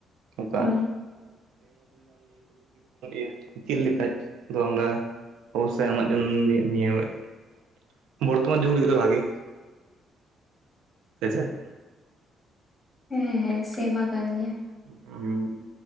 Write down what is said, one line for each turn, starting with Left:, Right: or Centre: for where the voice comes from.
Right: ᱚᱱᱠᱟ
Left: ᱦᱳᱭ
Right: <unintelligible> ᱪᱮᱫ ᱞᱮᱠᱟ ᱫᱚ ᱚᱱᱟ <unintelligible> ᱵᱚᱨᱛᱚᱢᱟᱱ ᱡᱩᱜ ᱞᱟᱹᱜᱤᱫ ᱵᱷᱟᱜᱤ ᱥᱮᱪᱮᱫᱽ
Left: ᱦᱮᱸ ᱦᱮᱸ ᱥᱮᱵᱟ ᱠᱟᱱ ᱜᱮᱭᱟ᱾
Right: ᱦᱩᱸᱜ ᱩᱸ᱾